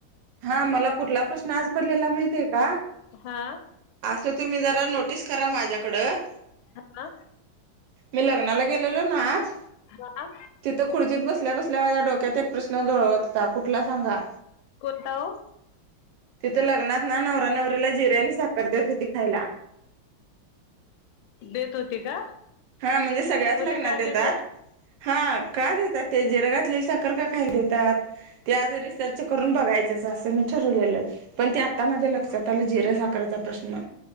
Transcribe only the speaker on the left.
हा.
हा.
हा
कोणता ओ?
देत होती का?
मग
ते का
देत
होती?